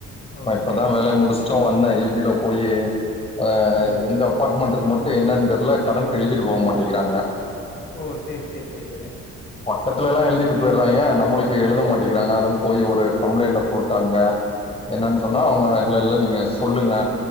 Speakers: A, on the left (about 35°); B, on the left (about 20°).
A: ஓ
B: நா இப்பதா
A: சரிங்க
B: வேலய
A: சரிங்க
B: முடுஸ்ட்டு வந்தே ஈ பில போய் அ
A: ஓ
B: எங்க அப் அப்பாட்மண்டுக்கு மட்டு என்னான் தெர்ல கரண்ட் எழுதிட்டு போக மாட்டிகிறாங்க
A: ஓ சேர் சேர் சேரி
B: பக்கத்துலேல்லா எழுதிட்டு போயிற்றாய்ங்க நம்மளுக்கு எழுத மாட்டிகிறாங்க அதா போய் ஒரு கம்ளைண்ட்ட போட்டு அங்க என்னான் சொன்னா
A: ஓ
B: அவுங்க இல்லல்ல நீங்க சொல்லுங்க